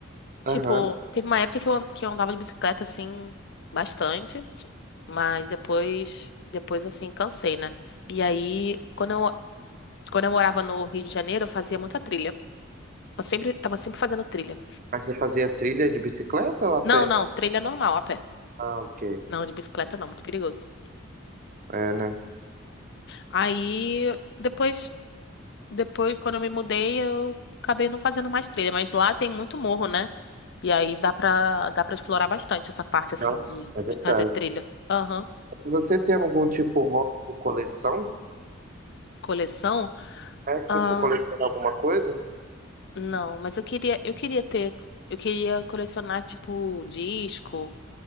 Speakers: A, on the left (about 55°); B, on the right (about 40°).
A: Tipo,
B: Aham.
A: teve uma época que eu, an- que eu andava de bicicleta assim, bastante, mas depois, depois assim, cansei, né? E aí, quando eu, quando eu morava no Rio de Janeiro, eu fazia muita trilha. Eu sempre, tava sempre fazendo trilha.
B: Mas você fazia trilha de bicicleta ou a pé?
A: Não, não, trilha normal, a pé.
B: Ah, ok.
A: Não, de bicicleta não, muito perigoso.
B: É, né?
A: Aí, depois. Depois, quando eu me mudei, eu acabei não fazendo mais trilha, mas lá tem muito morro, né? E aí dá pra, dá pra explorar bastante essa parte, assim,
B: Nossa,
A: de,
B: é verdade.
A: de fazer trilha. Aham.
B: Você tem algum tipo de hobby ou coleção?
A: Coleção?
B: É tipo
A: Ah,
B: colecionar alguma coisa?
A: não, mas eu queria, eu queria ter, eu queria colecionar, tipo, disco